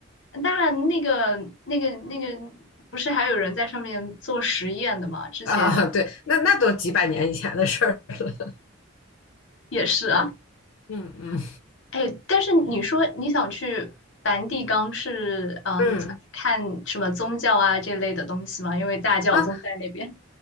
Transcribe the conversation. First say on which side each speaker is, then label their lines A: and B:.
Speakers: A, on the left; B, on the left.
A: 那那个那个那个不是还有人在上面做实验的吗？之前
B: 啊，对，那那都几百年以前的事儿。<laughs>
A: 也是啊，
B: 嗯嗯
A: 哎，但是你说你想去梵蒂冈是嗯想去看什么宗教啊这类的东西吗？
B: 嗯，
A: 因为大教宗在那边。
B: 啊，